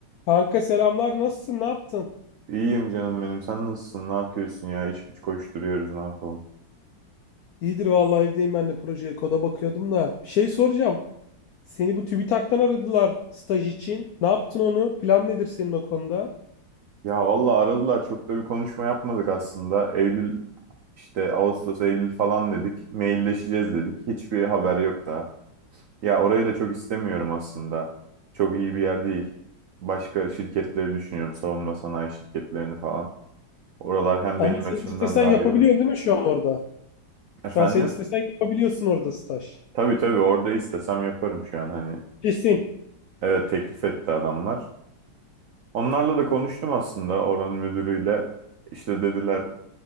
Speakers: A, on the left; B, on the right.
A: Kanka selamlar nasılsın ne yaptın?
B: İyiyim canım benim. Sen nasılsın? Ne yapıyorsun ya? İş güç koşturuyoruz. Ne yapalım?
A: İyidir vallahi evdeyim ben de projeye koda bakıyordum da. Bir şey soracağım. Seni bu TÜBİTAK'tan aradılar staj için. Ne yaptın onu? Plan nedir senin o konuda?
B: Ya valla aradılar. Çok da bir konuşma yapmadık aslında. Eylül işte Ağustos, Eylül falan dedik. Mailleşeceğiz dedik. Hiçbir haber yok daha. Ya orayı da çok istemiyorum aslında. Çok iyi bir yer değil. Başka şirketleri düşünüyorum. Savunma sanayi şirketlerini falan. Oralar hem
A: Ama
B: benim açımdan
A: sen istesen
B: daha
A: yapabiliyorsun
B: iyi olur.
A: değil mi şu an orada?
B: Efendim?
A: Şu an sen istesen yapabiliyorsun orada staj.
B: Tabii tabii orada istesem yaparım şu an hani.
A: Kesin.
B: Evet teklif etti adamlar. Onlarla da konuştum aslında oranın müdürüyle. İşte dediler